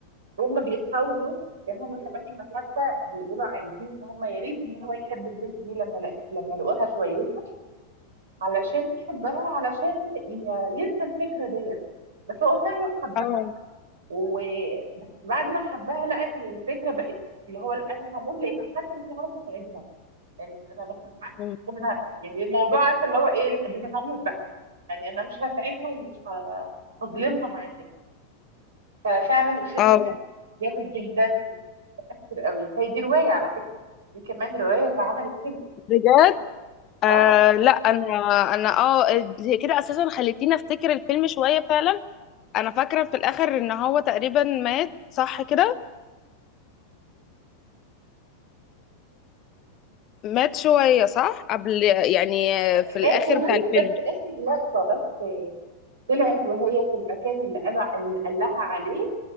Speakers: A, on the right; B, on the left.
A: وهم بيحاولوا لان هم كمان كانوا حتى بيقولوا عايزين ان هم يا ريت ان هو يحب البنت دي لما لما لقوها شويته علشان يحبها علشان ي- ينسى الفكرة ديت بس هو فعلا حبها
B: اه
A: و... بس بعد ما حبها لقى ان الفكرة بقت اللي هو لا انا هموت لانها حتى مش هعرف اساعدها يعني انا بحبها
B: م.
A: أنا- يعني الموضوع عارفه اللي هو ايه لا دي انا هموت بقى يعني انا مش هساعدها ومش ه- هظلمها معايا ففعلا الفيلم
B: اه
A: كان جامد جدا ومؤثر قوي هي دي رواية على فكرة دي كمان رواية واتعملت فيلم
B: بجد آه
A: اه
B: لا انا انا اه إد- كده اساسا خليتيني افتكر الفيلم شويه فعلا انا فاكره في الاخر ان هو تقريبا مات صح كده مات شويه صح قبل يعني في
A: مات
B: الاخر
A: وهي
B: بتاع الفيلم
A: بس اخر لقطة بس طلعت وهي في المكان اللي قال اللي قال لها عليه